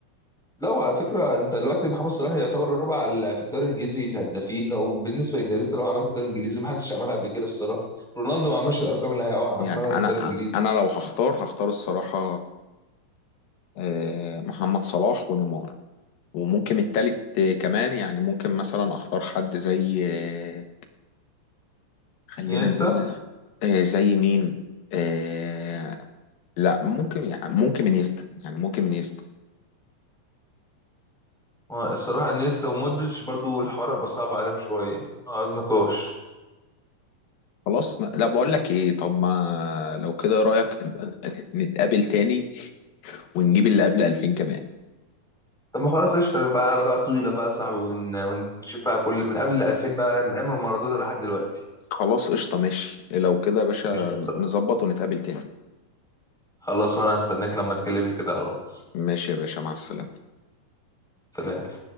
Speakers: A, in the centre; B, on the left (about 80°).
A: لا وعلى فكره انت دلوقتي محمد صلاح يعتبر الرابع على- في الدوري الانجليزي في هدافين وبالنسبه للانجازات اللي هو عملها في الدوري الانجليزي ما حدش عملها قبل كده الصراحه رونالدو ما عملش الارقام اللي هو
B: يعني
A: عملها
B: انا
A: في الدوري الانجليزي
B: انا لو هختار هختار الصراحه آه، محمد صلاح ونيمار وممكن التالت آه، كمان يعني ممكن مثلا اختار حد زي آه، خلينا
A: انيستا
B: نقول آه، زي مين آه، لا ممكن يعني ممكن انيستا يعني ممكن انيستا
A: هو الصراحه انيستا ومودريتش برضو الحوار هيبقى صعب عليهم شويه عايز نقاش
B: خلاص لا بقول لك ايه طب ما لو كده رايك نبقى نتقابل تاني ونجيب اللي قبل 2000 كمان
A: طب ما خلاص قشطه بقى على بقى طويله بقى يا صاحبي ون- ونشوفها كل من قبل 2000 بقى من ايام مارادونا لحد دلوقتي
B: خلاص قشطة ماشي لو كده يا باشا
A: قشطه
B: نظبط ونتقابل تاني
A: خلاص وانا هستناك لما تكلمني كده على الواتس
B: ماشي يا باشا مع السلامة
A: سلام